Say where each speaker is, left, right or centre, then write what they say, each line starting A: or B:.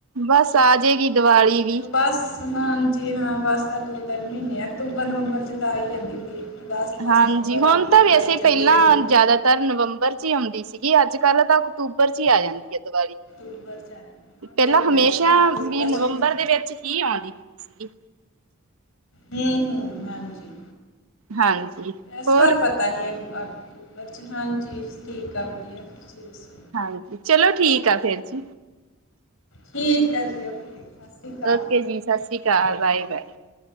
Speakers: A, on the right; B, on the left.
A: ਬਸ ਆਜੇਗੀ ਦੀਵਾਲੀ ਵੀ
B: ਬਸ ਹਾਂਜੀ ਹਾਂ ਬਸ ਤਾਂ ਦੋ ਤਿੰਨ ਮਹੀਨੇ ਅਕਤੂਬਰ ਨਵੰਬਰ 'ਚ ਤਾਂ ਆ ਹੀ ਜਾਂਦੀ ਹੁੰਦੀ ਅਗਸਤ
A: ਹਾਂਜੀ
B: ਸਤੰਬਰ
A: ਹੁਣ
B: ਆ
A: ਤਾਂ
B: ਜੁਲਾਈ
A: ਵੈਸੇ
B: ਚੱਲੀ
A: ਪਹਿਲਾਂ
B: ਜਾਂਦਾ
A: ਜ਼ਿਆਦਾਤਰ ਨਵੰਬਰ ਚ ਹੀ ਆਉਂਦੀ ਸੀਗੀ ਅੱਜ ਕੱਲ੍ਹ ਤਾਂ ਅਕਤੂਬਰ ਚ ਹੀ ਆ ਜਾਂਦੀ ਐ ਦੀਵਾਲੀ
B: <unintelligible> ਆ ਜਾਂਦੀ ਹੁਣ
A: ਪਹਿਲਾਂ
B: ਦੇਖੋ
A: ਹਮੇਸ਼ਾ
B: ਇਸ ਵਾਰ ਅਕਤੂਬਰ
A: ਵੀ ਨਵੰਬਰ
B: ਚ ਹੁੰਦੀ
A: ਦੇ ਵਿੱਚ ਹੀ ਆਉਂਦੀ ਹੁੰਦੀ ਸੀਗੀ
B: ਹੂੰ ਹੂੰ ਹਾਂਜੀ
A: ਹਾਂਜੀ
B: ਇਸ
A: ਹੋਰ
B: ਵਾਰ ਪਤਾ ਨਹੀਂ ਹੈ ਅਕਤੂਬਰ 'ਚ ਹਾਂਜੀ ਠੀਕ ਆ ਵਧੀਆ ਦੱਸੋ
A: ਹਾਂਜੀ ਚਲੋ ਠੀਕ ਆ ਫੇਰ ਜੀ
B: ਠੀਕ ਆ ਜੀ ਓਕੇ ਸ਼੍ਰੀ ਅਕਾਲ
A: ਓਕੇ ਜੀ ਸਤਿ ਸ਼੍ਰੀ ਅਕਾਲ ਬਾਏ ਬਾਏ